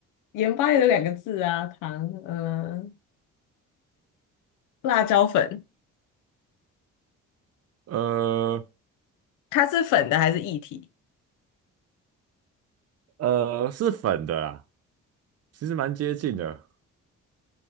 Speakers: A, on the left; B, on the right.
A: 盐巴也有两个字啊，糖，嗯、辣椒粉，
B: 呃
A: 它是粉的还是液体？
B: 呃，是粉的啦，其实蛮接近的。